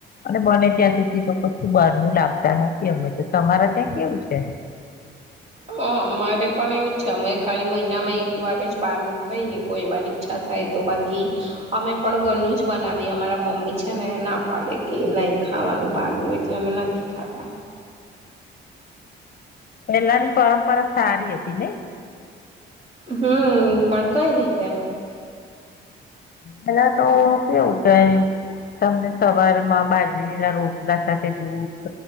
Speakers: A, on the left; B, on the right.
A: અને બને ત્યાં સુધી તો કશું બહાર નું લાવતા નથી અમે તો તમારા ત્યાં કેવું છે <inaudible>
B: હ અમારે પણ એવું છે અમે ખાલી મહિનામાં એક વાર જ બાર નું ખાઈએ કોઈ વાર ઈચ્છા થ થાય તો બાકી અમે પણ ઘરનું જ બનાવીએ અમારા મમ્મી છે ને ના પાડે કે નહી ખ ખાવાનું બહારનું એટલે અમે નથી ખાતા
A: પેલાની પરંપરા સારી હતી ને
B: હમ પણ કઈ રીતે
A: પેલા તો કેવું કેય તમને સવારમાં બાજરી ના રોટલા સાથે દૂધ